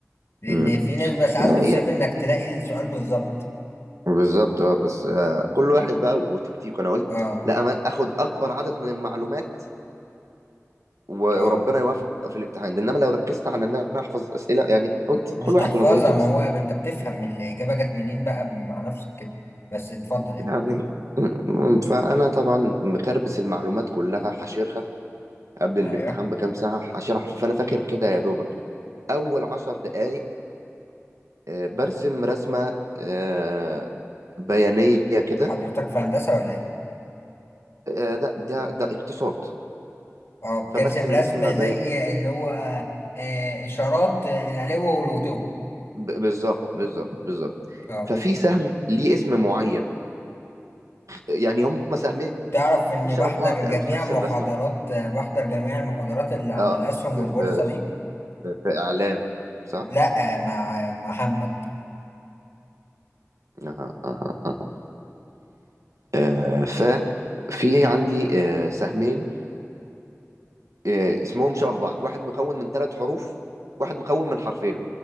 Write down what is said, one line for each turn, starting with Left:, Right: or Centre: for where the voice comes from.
Left: لان
Right: م-
Left: في نسبه ساعات بتصيب
Right: هي
Left: انك تلاقي السؤال بالظبط
Right: بالظبط اه بس آه كل واحد بقى وتكتيكه انا قلت
Left: اه
Right: لا أما اخد اكبر عدد من المعلومات و-
Left: اه
Right: وربنا يوفق في الامتحان ده انما لو ركزت على ان انا احفظ اسئله يعني قلت
Left: مش
Right: كل
Left: تحفظها
Right: واحد ونظريته
Left: ما
Right: بس
Left: هو انت بتفهم الاجابه جت منين بقى مع نفسك كده بس اتفضل يعني
Right: يعني م- فانا طبعا مكربس المعلومات كلها حاشرها قبل
Left: ايوه
Right: الامتحان بكام ساعه حاشرها فانا فاكر كده يا دوبك اول عشر دقائق آه، برسم رسمه آه، بيانيه كده
Left: حضرتك في هندسه ولا ايه
Right: آه، لا ده ده اقتصاد
Left: اه بترسم
Right: فبرسم
Left: رسمة
Right: رسمه
Left: زي
Right: بي...
Left: اللي هو آه، إشارات آه، العلو والوطو
Right: ب- بالظبط بالظبط بالظبط
Left: اه
Right: ففي سهم ليه اسم معين يعني هم سهمين
Left: تعرف إني
Right: شبه
Left: بحضر
Right: بعض
Left: جميع
Right: قوي في نفس
Left: محاضرات
Right: الرسمة
Left: آه، بحضر جميع المحاضرات اللي عن
Right: اه
Left: الأسهم
Right: في
Left: والبورصة
Right: في
Left: دي؟
Right: في, في اعلام صح
Left: لأ آه، مع مع محمد
Right: اها اها اها آه، ف في عندي آه، سهمين آه، اسمهم شبه بعض واحد مكون من ثلاث حروف واحد مكون من حرفين